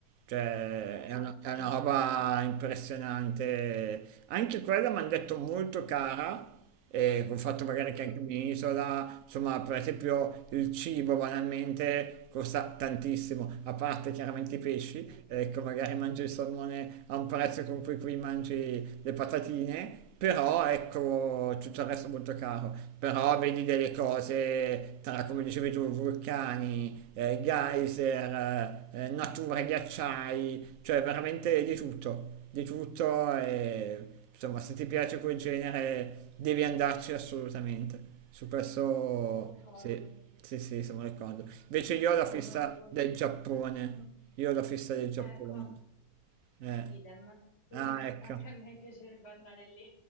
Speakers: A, on the right; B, on the left.
A: Cioè,
B: Esatto,
A: è una, è
B: esatto.
A: una roba impressionante. Anche quella mi hanno detto molto cara, e col fatto magari che
B: Mm,
A: è anche un'isola, insomma, per esempio il cibo banalmente costa tantissimo, a parte chiaramente i pesci,
B: sì.
A: ecco, magari mangi il salmone a un prezzo con cui qui mangi le patatine però ecco tutto il resto è molto caro, però vedi delle cose tra, come dicevi tu, vulcani, eh, geyser, eh, natura, ghiacciai, cioè veramente di tutto, di tutto e insomma se ti piace quel genere devi andarci assolutamente, su questo
B: Concordo,
A: sì, sì, sì, siamo d'accordo. Invece io ho la
B: concordo
A: fissa
B: con
A: del
B: te.
A: Giappone,
B: Mm,
A: io ho la fissa del Giappone.
B: ecco,
A: Eh.
B: idem. Pure
A: Ah,
B: a m-
A: ecco.
B: anche a me piacerebbe andare lì.